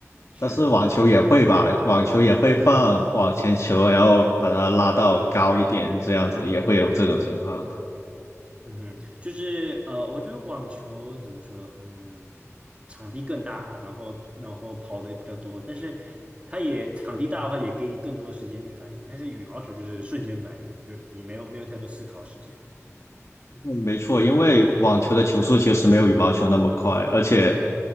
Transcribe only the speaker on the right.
是。
嗯哼，就是呃，我觉得网球怎么说，嗯，场地更大，然后然后跑的也比较多，但是它也场地大的话，也给你更多的时间去反应，但是羽毛球就是瞬间反应，就是你没有没有太多思考时间。嗯。